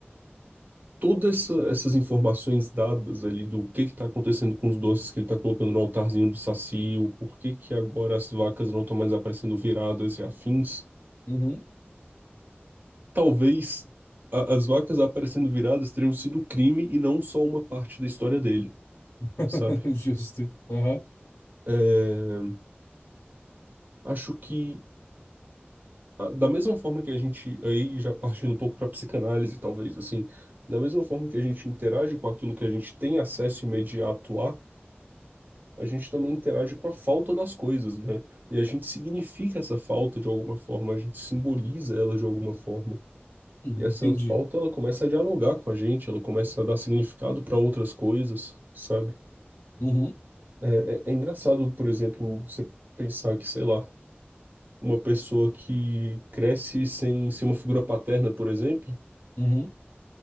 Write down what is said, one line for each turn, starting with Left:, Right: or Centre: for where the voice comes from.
Right: todas essa- essas informações dadas ali do que está acontecendo com os doces que ele está colocando no altarzinho do Saci, o porquê que agora as vacas não estão mais aparecendo viradas e afins,
Left: Uhum.
Right: talvez a- as vacas aparecendo viradas teriam sido crime e não só uma parte da história dele,
Left: <laughs>
Right: sabe?
Left: Justo. Aham.
Right: É, acho que Ah, Da mesma forma que a gente, aí já partindo um pouco para psicanálise, talvez, assim, da mesma forma que a gente interage com aquilo que a gente tem acesso imediato a, a gente também interage com a falta das coisas, né? E a gente significa essa falta de alguma forma, a gente simboliza ela de alguma forma.
Left: Uhum,
Right: E essa
Left: Entendi.
Right: falta, ela começa a dialogar com a gente, ela começa a dar significado para outras coisas, sabe?
Left: Uhum.
Right: É, é, é engraçado, por exemplo, você pensar que, sei lá, uma pessoa que cresce sem ser uma figura paterna, por exemplo
Left: Uhum.